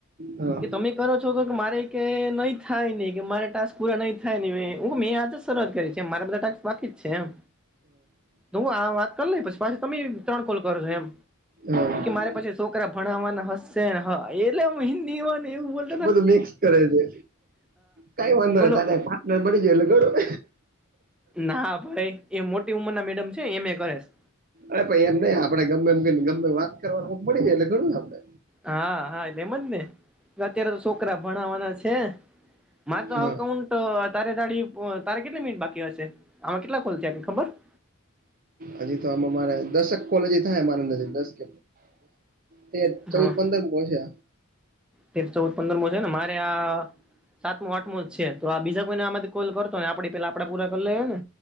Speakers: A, on the right (about 40°); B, in the centre.
A: હા
B: કે તમે કરો છો તો કે મારે કે નહી થાયને કે મારા ટાસ્ક પૂરા નહી થાય ને મે હુ મેં આજ જ શરૂઆત કરી છે મારા બધા ટાસ્ક બાકી જ છે એમ હું આ વાત કરી લઈ પછી પાછી તમે ત્રણ કોલ કરજો એમ
A: હા. હા
B: મારે પછી છોકરા ભણાવવાના હશે હા એટલે હિન્દી માં ને એવું બોલ
A: બધું મિક્સ કરે છે કઈ વાંધો નહી
B: બોલો
A: તારૅ પાર્ટનર બની જાય એટલે ઘણું
B: ના ભાઈ એ મોટી ઉંમર ના મેડમ છે એમ એ કરે છે
A: અરે ભાઈ એમ નહી આપડે ગમે એમને ગમે વાત કરવાનું કોક મળી જાય એટલે ધણું છે આપડે.
B: હા હા એટલે એમ જ ને અત્યારે તો છોકરા ભણાવવાના છે. મારે તો
A: હા
B: અકાઉન્ટ તારે દાડી તારે કેટલી મિનિટ બાકી હશે આમાં કેટલા કોલ થયા છેખબર.
A: હજી તો આમાં મારે દશક કોલ જ થાય મારા અંદર દસ દક. તેર ચૌદ
B: હા
A: પંદર કોલ છે.
B: તેર ચૌદ પંદર મો છે ને મારે આ. સાતમું આઠમું જ છે તો આ બીજા કોઈને આમાંથી કોલ કરતો આપડી પેલા આપડે પૂરા કરી લઈએ ને.